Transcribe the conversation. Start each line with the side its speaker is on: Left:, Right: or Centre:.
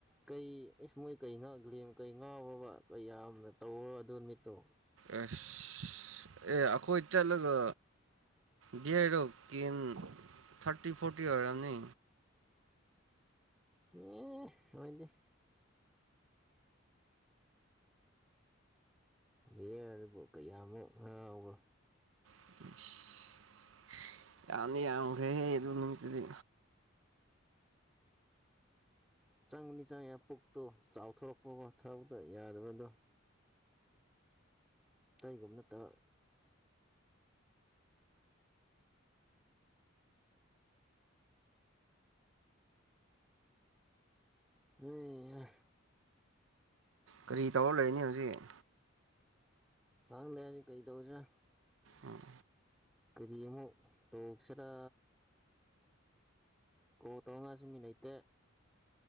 Centre: ꯀꯩ ꯏꯁ ꯃꯣꯏ ꯀꯩ ꯉꯥꯡꯒ꯭ꯔꯤ ꯀꯩ ꯉꯥꯎꯕ ꯀꯩ ꯌꯥꯝꯅ ꯇꯧ ꯑꯗꯨ ꯅꯨ ꯃꯤꯠꯇꯣ
Right: ꯑꯁ ꯁ ꯑꯦ ꯑꯩꯈꯣꯏ ꯆꯠꯂꯒ ꯕꯤꯌꯔꯗꯣ ꯀꯦꯟ ꯊꯥꯔꯇꯤ ꯐꯣꯔꯇꯤ ꯑꯣꯏꯔꯅꯤ
Centre: ꯍꯦ ꯑꯣꯏꯗꯤ ꯕꯤꯌꯥꯔꯕꯨ ꯀꯌꯥꯃꯨꯛ ꯉꯥꯎꯕ
Right: <inaudible> ꯌꯥꯅꯤ ꯌꯥꯈ꯭ꯔꯦ ꯍꯦ ꯑꯗꯨ ꯅꯨꯃꯤꯠꯇꯗꯤ
Centre: ꯆꯪꯅꯤ ꯆꯪꯉꯦ ꯄꯨꯛꯇꯣ ꯆꯥꯎꯊꯣꯔꯛꯄꯒꯣ ꯊꯗ ꯌꯥꯗꯕꯗꯣ ꯀꯩꯒꯨꯝꯕ ꯅꯠꯇ ꯍꯩꯍꯥ
Right: ꯀꯔꯤ ꯇꯧꯔ ꯂꯩꯅꯤ ꯍꯧꯖꯤꯛ
Centre: ꯍꯥꯡꯗꯅꯤ ꯀꯩ ꯇꯧꯖ
Right: ꯎꯝ
Centre: ꯀꯔꯤ ꯑꯃꯨꯛ ꯇꯧꯁꯤꯔꯥ ꯀꯣꯜ ꯇꯧꯔꯉꯁꯨ ꯃꯤ ꯅꯩꯇꯦ